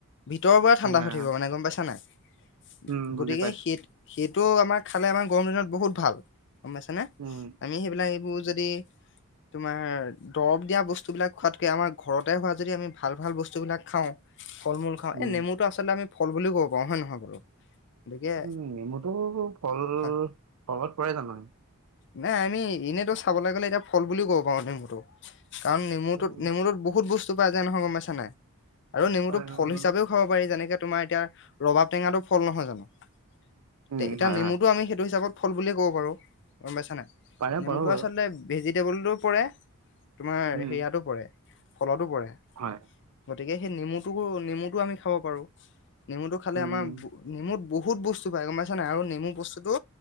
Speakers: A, on the left; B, on the right.
A: ভিতৰৰ পৰা ঠাণ্ডা
B: উম হয়
A: হৈ থাকিব
B: হয়
A: মানে গম পাইছা নাই
B: উম বুজি
A: গতিকে
B: পাইছো
A: সীত। সেইটো আমাৰ খালে আমাৰ গৰম দিনত বহুত ভাল। গম পাইছা নে
B: উম
A: আমি সেইবিলাক এইবোৰ যদি। তোমাৰ দৰব দিয়া বস্তুবিলাক খোৱাতকে আমাৰ ঘৰতে হোৱা যদি আমি ভাল ভাল বস্তুবিলাক খাওঁ। ফল মূল খাওঁ
B: উম
A: এই নেমুটো আচলতে আমি ফল বুলিও ক'ব পাৰো হয় নহয় বাৰু? গতিকে
B: উম' নেমুতটো ফল
A: হয়
B: ফলত পৰে জানোঁ।
A: নাই আমি এনেতো চাবলৈ গ'লে এতিয়া ফল বুলিও ক'ব পাৰো নেমুতো। কাৰণ নেমুটোত
B: উম
A: নেমুটোত বহুত বস্তু পায় যায় নহয় গমাইছা নাই আৰু নেমুটো
B: হয় হয়
A: ফল
B: বাৰু
A: হিচাপেও- খাব পাৰি যেনেকে তোমাৰ এতিয়া ৰবাব টেঙা ফল নহয় জানো।
B: উম
A: তে এতিয়া
B: হয়
A: নেমুটো
B: হয়
A: আমি সেইটো হিচাপত ফল বুলিয়ে ক'ব পাৰো গম পাইছা নাই।
B: পাৰে
A: নেমুটো
B: পাৰো বাৰু
A: আচলতে ভেজিটেবলটো পৰে, তোমাৰ
B: উম
A: হেৰিয়াতো পৰে ফলতো পৰে।
B: হয়।
A: গতিকে সেই নেমুটো নেমুটো আমি খাব পাৰো। নেমুটো খালে
B: উম
A: আমাৰ নেমুত বহুত বস্তু পায় গম পাইছা নাই আৰু নেমু বস্তুতটো